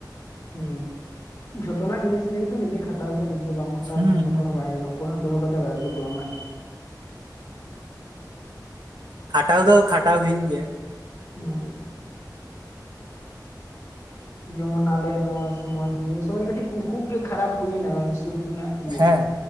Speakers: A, on the left (about 40°); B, on the right (about 70°).
A: ᱦᱩᱸ ᱡᱷᱚᱛᱚᱱᱟᱜ ᱡᱤᱱᱤᱥ ᱨᱮᱜᱮᱛᱚ ᱱᱤᱡᱮ ᱠᱷᱟᱴᱟᱣ ᱦᱩᱭᱩᱜᱼᱟ, ᱱᱤᱡᱮ ᱵᱟᱢ ᱠᱷᱟᱴᱟᱣ
B: ᱦᱩᱸ
A: ᱞᱮᱠᱷᱟᱱ ᱚᱠᱚᱭ
B: ᱦᱩᱸ
A: ᱦᱚᱸ ᱵᱟᱭ ᱜᱟᱱᱚᱜᱼᱟ ᱾ <unintelligible> ᱵᱟᱲᱟᱭ ᱜᱮ <unintelligible>
B: ᱠᱷᱟᱴᱟᱣ ᱫᱚ ᱠᱷᱟᱴᱟᱣ ᱦᱩᱭᱩᱜ ᱜᱮᱭᱟ ᱾
A: ᱦᱩᱸ ᱡᱮᱢᱚᱱ ᱟᱞᱮ ᱱᱚᱣᱟ ᱥᱚᱢᱚᱭ ᱱᱤᱭᱟᱹ ᱥᱚᱢᱚᱭ ᱠᱟᱹᱴᱤᱡ ᱠᱷᱩ-ᱠᱷᱩᱵ ᱜᱮ ᱠᱷᱟᱨᱟᱯ ᱦᱩᱭᱱᱟ ᱱᱚᱣᱟ ᱤᱱᱥᱴᱤᱴᱤᱭᱩᱴ ᱨᱮᱱᱟᱜ ᱾ ᱤᱭᱟᱹ
B: ᱦᱮᱸ